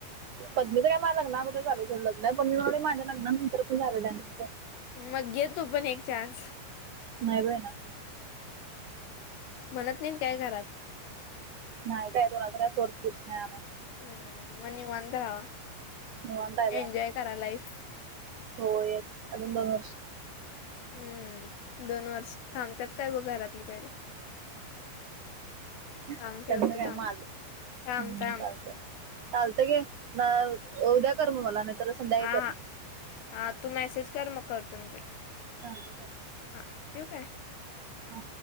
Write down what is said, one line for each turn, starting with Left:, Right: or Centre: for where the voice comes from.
Right: पद्मी ज मा लग्नामध्ये झा सोड लग्न पण मी माझ्या लग्नानंतर पण झालं डान्स.
Left: मग घेतो पण एक चान्स
Right: नाही ब आहे ना.
Left: म्हणत नाही काय घरात?
Right: नाही काय कोणाय कोर्स दिस नाही आम
Left: हम्म मव अंत रा
Right: निवांत आहे बाई
Left: एंजॉय करा लाईफ
Right: हो येस अून दोन वर्ष
Left: हम्म दोन वर्ष थांबतत काय ब घरातली पहिला
Right: त्यांचं
Left: थांब ठेवतो
Right: काय
Left: थांब.
Right: माझ हम्
Left: थांब थांब
Right: चालत. चालतं गे ना उद्या कर मग मला नाही तर संध्याकाळी
Left: हां
Right: कर.
Left: हां हां तू मेसेज कर मग करतो मी तुला
Right: चालतंय
Left: हां ठेऊ काय?
Right: ह.